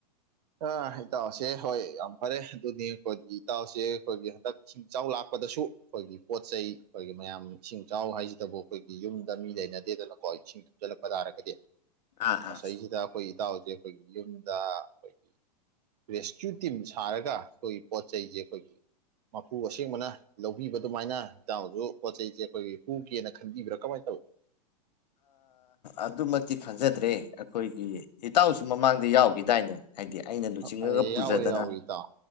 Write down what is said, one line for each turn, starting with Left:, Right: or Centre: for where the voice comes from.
Right: ꯑ ꯏꯇꯥꯎꯁꯦ ꯍꯣꯏ ꯌꯥꯝ ꯐꯔꯦ ꯑꯗꯨꯅꯤ ꯑꯩꯈꯣꯏꯒꯤ ꯏꯇꯥꯎꯁꯦ ꯑꯩꯈꯣꯏꯒꯤ ꯍꯟꯗꯛ ꯏꯁꯤꯡ ꯆꯥꯎ ꯂꯥꯛꯄꯗꯁꯨ ꯑꯩꯈꯣꯏꯒꯤ ꯄꯣꯠ ꯆꯩ ꯑꯩꯈꯣꯏꯒꯤ ꯃꯌꯥꯝ ꯏꯁꯤꯡ ꯆꯥꯎ ꯍꯥꯏꯁꯤꯗꯕꯨ ꯑꯩꯈꯣꯏꯒꯤ ꯌꯨꯝꯗ ꯃꯤ ꯂꯩꯅꯗꯦ ꯀ ꯏꯁꯤꯡ ꯊꯨꯝꯁꯤꯜꯂꯛꯄ ꯇꯥꯔꯒꯗꯤ
Left: ꯑꯥ
Right: ꯉꯁꯥꯏꯁꯤꯗ
Left: ꯑꯥ
Right: ꯑꯩꯈꯣꯏ ꯏꯇꯥꯎ ꯑꯩꯈꯣꯏꯒꯤ ꯌꯨꯝꯗ ꯑꯩꯈꯣꯏꯒꯤ ꯔꯦꯁꯀ꯭ꯌꯨ ꯇꯤꯝ ꯁꯥꯔꯒ ꯑꯩꯣꯏ ꯄꯣ ꯆꯩꯩꯦ ꯑꯩꯣꯏꯒꯤ ꯃꯄꯨ ꯑꯁꯦꯡꯕꯅ ꯂꯧꯕꯤꯕ ꯑꯗꯨꯃꯥꯏꯅ ꯍꯥꯡꯁꯨ ꯄꯣꯠ ꯆꯩꯁꯦ ꯑꯩꯈꯣꯏꯒꯤ ꯍꯒꯦꯅ ꯈꯟꯕꯤꯕ꯭ꯔꯥ ꯀꯃꯥꯏꯅ ꯇꯧꯋꯏꯤ <inaudible>
Left: ꯑꯗꯨꯃꯛꯇꯤ ꯈꯪꯖꯗ꯭ꯔꯦ ꯑꯩꯈꯣꯏꯒꯤ ꯏꯇꯥꯎꯁꯨ ꯃꯃꯥꯡꯗ ꯌꯥꯎꯈꯤꯗꯥꯏꯅꯦ ꯍꯥꯏꯗꯤ ꯑꯩꯅ
Right: ꯇꯧꯏ
Left: ꯂꯨꯆꯤꯡꯉꯒ ꯄꯨꯖꯗꯅ
Right: ꯌꯥꯎꯋꯤ ꯌꯥꯎꯋꯤ ꯏꯇꯥꯎ